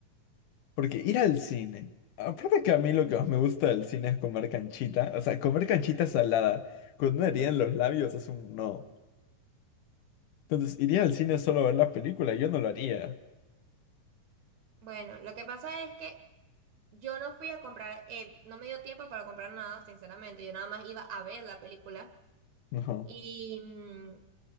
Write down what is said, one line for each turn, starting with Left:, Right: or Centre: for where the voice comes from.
Left: porque ir al cine, aparte que a mí lo que más me gusta del cine es comer canchita, o sea, comer canchita salada, con una
Right: Ujú.
Left: herida en los labios es un no, entonces iría al cine solo a ver la película, yo no lo haría,
Right: Bueno, lo que pasa es que yo no fui a comprar, eh, no me dio tiempo para comprar nada, sinceramente. Yo nada más iba a ver la película.
Left: <laughs> no,
Right: Y, mm,